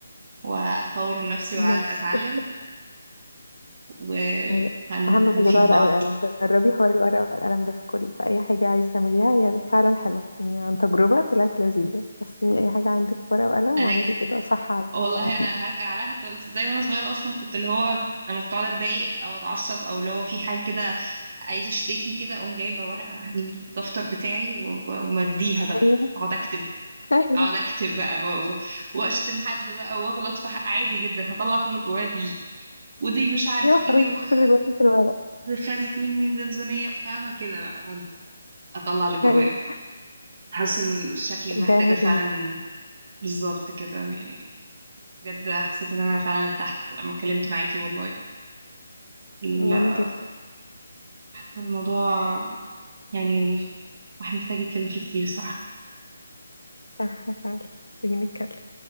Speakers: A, on the right (about 50°); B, on the left (about 80°).
A: واطور من نفسي
B: ماشي
A: واتعلم وهنفيد
B: <laughs> أيوة. أهم حاجة بقى
A: بعض
B: الورقة والقلم جربي حوار الورقة والقلم ده في كل في أي حاجة عايز تعمليها هي فعلا حلوة يعني عن تجربة طلعت لذيذة قسمي أي حاجة عندك في ورقة وقلم
A: انا
B: واعملي
A: ج-
B: كده صح على
A: والله
B: تعملي
A: انا هرجع لها طلعت ازاي وانا صغيرة اصلا كنت اللي هو لما كنت اقعد اتضايق او اتعصب او اللي هو في حاجة كده عايزة اشتكي كده اقوم جايبة ورقة هجيب الدفتر بتاعي و- ومديها بقى
B: أيوه
A: اقعد اكتب
B: أيوه
A: اقعد اكتب بقى و- و- واشتم حد بقى واغلط في حق عادي جدا هطلع كله جوايا فيه ودي مش
B: <laughs>
A: عارف
B: أيوه
A: ايه
B: خرجي
A: وخدت
B: كل اللي جواكي في الورقة
A: خدت مني زمزمية فاهمة كده بقى أقعد اطلع اللي جوايا
B: أيوه
A: حاسة ان شكلي
B: ارجعي
A: محتاجة
B: لها
A: فعلا
B: تاني بقى
A: بالظبط كده يعني بجد حسيت ان انا فعلا ارتحت لما اتكلمت معاكي والله لا
B: وأنا جدا
A: حاسة الموضوع يعني واحد محتاج يتكلم فيه كتير صراحة
B: صح فعلا محتاجين نتكلم